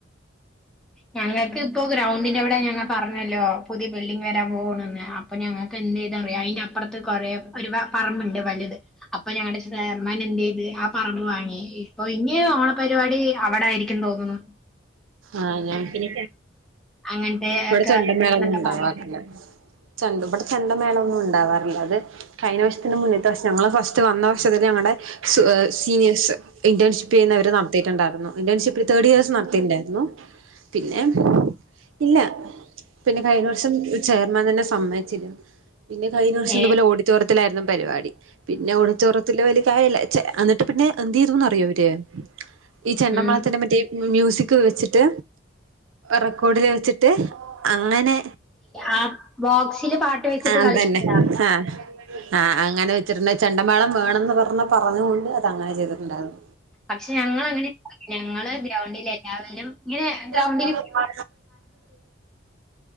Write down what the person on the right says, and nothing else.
ആഹ ഞങ്ങക്ക് ഇനി
ഇവിടെ
ചെണ്ടൻമേളൊന്നും
ഉണ്ടില്ല ചണ്ട ഇവിടെ ചണ്ടമേള ഒന്നും ഉണ്ടാവാറില്ല അത് കഴിഞ്ഞ വശത്തിന്റെ മുന്നേത്തെ വശം ഞങ്ങ്ള് ഫസ്റ്റ് വന്ന വരഷത്തിൽ ഞങ്ങളടെ സീനിയേഴസ് ഇന്റേൺഷി് ചെയ്യുന്നവർ നടത്തിയിട്ടുണ്ടായിരുന്നു ഇന്റേൺഷിപ്പ് തേടിയർ ഇയേഴ്സ് നടത്തിയിണ്ടായിരുന്നു പിന്നെ ഇല്ല പിന്നെ കഴിഞ്ഞ വർഷം ചെയർമാൻ തന്നെ സമ്മച്ചില്ല പിന്നെ കഴിഞ്ഞ വർഷം
ഇതുപോലെ ഓഡിറ്റോറിയത്തിലായിരുന്നു പരിപാടി പിന്നെ ഓടിച്ചോറത്തിൽ വല കായില്ലചേ എന്നിട്ട് പിന്നെ എന്ത് ചെയ്തുന്ന് അറിയോ അവര് ഈ ചെണ്ട
മേളത്തിനെ പറ്റിമ്യൂസിക് ചിട്ട് റെക്കോടില് വെച്ചിട്ട് അങ്ങനെ
ആ അതന്നെ
ആഹ ആഹ് അങ്ങനെ വെച്ചിട്ടുണ്ട ചെണ്ടമാേളം വേണന്ന് പറഞ്ഞ പ്പോ പറഞ്ഞുകൊണ്ട് അത് അങ്ങനെ ചെയ്തിട്ടുണ്ടാകും
പ